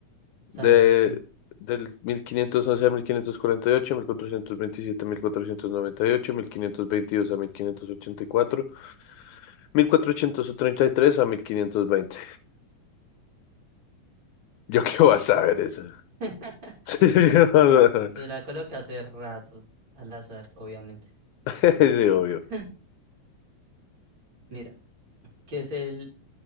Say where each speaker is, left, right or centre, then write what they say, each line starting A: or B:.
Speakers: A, on the right; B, on the left.
A: Sancio,
B: de,
A: sí.
B: del 1511 a 1548, 1427 a 1498, 1522 a 1584, 1433 a mil quinientos veinte Yo qué voy a saber eso.
A: <laughs>
B: <laughs>
A: Se la coloca hace rato, al azar, obviamente.
B: Sí, obvio.
A: <laughs> Mira, ¿qué es el